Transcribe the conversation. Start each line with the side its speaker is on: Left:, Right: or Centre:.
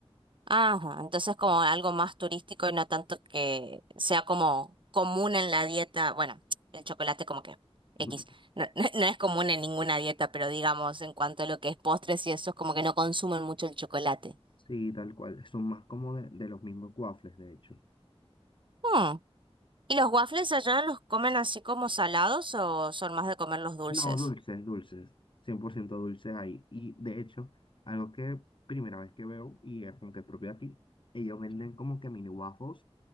Right: ajá. Entonces como algo más turístico y no tanto que sea como común en la dieta. Bueno, el chocolate como que X.
Left: <laughs>
Right: No, no- no es común en ninguna dieta, pero digamos en cuanto a lo que es postres y eso es como que no consumen mucho el chocolate.
Left: Sí, tal cual. Son más como de, de los mismos waffles, de hecho.
Right: Hmm. ¿Y los waffles allá los comen así como salados o son más de comer los dulces?
Left: No, dulces, dulces, 100% dulces ahí. Y de hecho, algo que primera vez que veo y es como que propio aquí, ellos venden como que mini waffles,